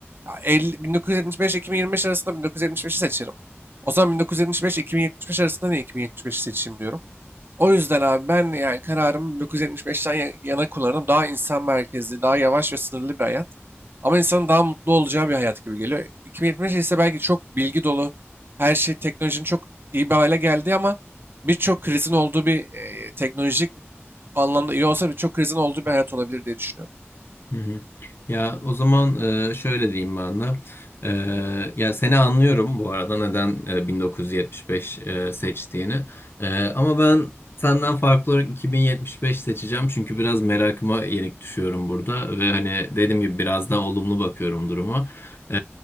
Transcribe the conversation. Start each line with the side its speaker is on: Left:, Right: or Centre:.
Right: Ya 50, 1975-2025 arasında 1975'i seçerim. O zaman 1975-2075 arasında niye 2075'i seçeyim diyorum. O yüzden abi ben yani kararımı 1975'ten ya- yana kullanırım. Daha insan merkezli, daha yavaş ve sınırlı bir hayat. Ama insanın daha mutlu olacağı bir hayat gibi geliyor. 2075 ise belki çok bilgi dolu, her şey teknolojinin çok iyi bir hale geldi ama birçok krizin olduğu bir e, teknolojik anlamda iyi olsa birçok krizin olduğu bir hayat olabilir diye düşünüyorum.
Left: Hı hı. Ya o zaman e, şöyle diyeyim ben de. E, ya seni anlıyorum bu arada neden e, 1975 e, seçtiğini. E, ama ben senden farklı olarak 2075 seçeceğim çünkü biraz merakıma yenik düşüyorum burada ve hani dediğim gibi biraz daha olumlu bakıyorum duruma. E,